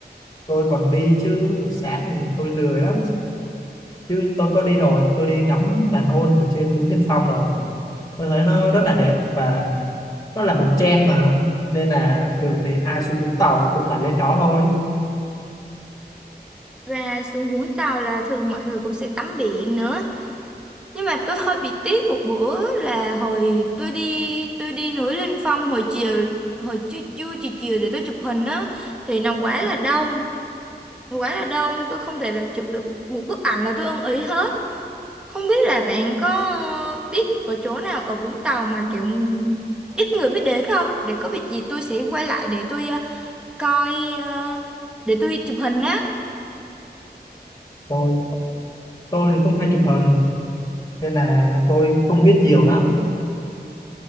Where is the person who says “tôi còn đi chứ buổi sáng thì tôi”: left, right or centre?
Left